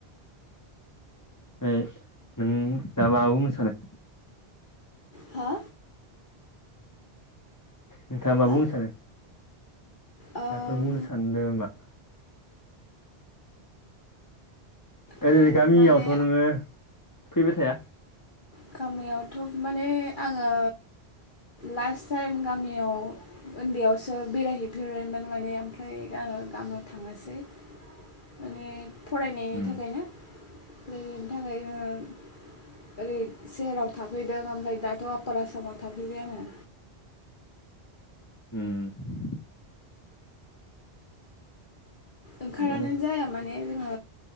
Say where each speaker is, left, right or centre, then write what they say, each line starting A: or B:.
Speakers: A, on the left (about 15°); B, on the left (about 50°).
A: ए। नों दा मा बुंनो सानो?
B: हा?
A: नोंथाङा मा
B: हो
A: बुंनो सानो?
B: ओम
A: माबाफोर बुंनो सानदों नामा?
B: ओ
A: ओरै गामियावथ
B: माने
A: नोङो फैबाय थाया?
B: गामियावथ माने आङो लास्ट टाइम गामियाव उन्दैयावसो बेरायहैफेरोमोन माने ओमफ्राय आङो गामियाव थाङासै।
A: <inaudible>
B: माने फरायनायनि
A: उम
B: थाखायनो फरायनायनि थाखायनो ओरै सेहेराव थाफैदों ओमफ्राय दाथ आफार आसामाव थाफैबाय आङो।
A: उम।
B: ओंखारानो
A: थिगानो
B: जाया माने जोङो